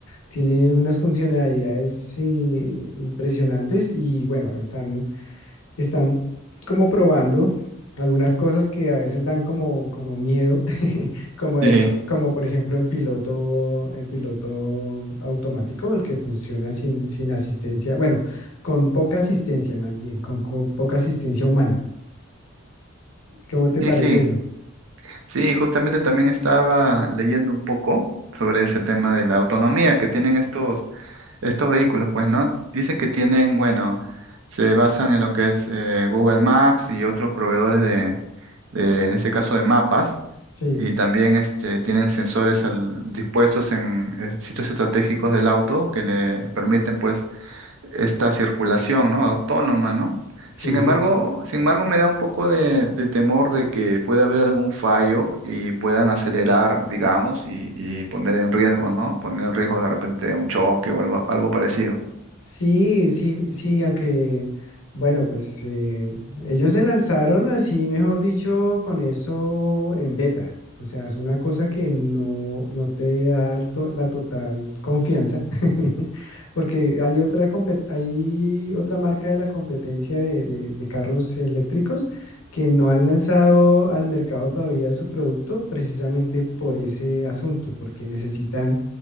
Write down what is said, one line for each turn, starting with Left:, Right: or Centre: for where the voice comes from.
Left: tiene unas funcionalidades eh, impresionantes y bueno, están están como probando algunas cosas que a veces dan como, como miedo, <laughs> como,
Right: Sí.
Left: co- como por ejemplo el piloto, el piloto automático, el que funciona sin, sin asistencia, bueno, con poca asistencia más bien, con, con poca asistencia humana. ¿Cómo te
Right: Sí,
Left: parece
Right: sí,
Left: eso?
Right: sí, justamente también estaba leyendo un poco sobre ese tema de la autonomía que tienen estos, estos vehículos, pues, ¿no? Dicen que tienen, bueno, se basan en lo que es eh, Google Maps y otros proveedores de, de, en este caso, de mapas
Left: Sí,
Right: Y también este, tienen sensores al- dispuestos en eh, sitios estratégicos del auto que le permiten pues esta circulación, ¿no? Autónoma, ¿no?
Left: sí.
Right: Sin embargo, sin embargo, me da un poco de, de temor de que pueda haber algún fallo y puedan acelerar, digamos, y, y poner en riesgo, ¿no? Poner en riesgo de repente un choque o algo, algo parecido.
Left: Sí, sí, sí, aunque, bueno, pues eh, ellos se lanzaron así, mejor dicho, con eso en beta. O sea, es una cosa que no, no te da el to- la total confianza, <laughs> porque hay otra, compet- hay otra marca de la competencia de, de de carros eléctricos que no han lanzado al mercado todavía su producto precisamente por ese asunto, porque necesitan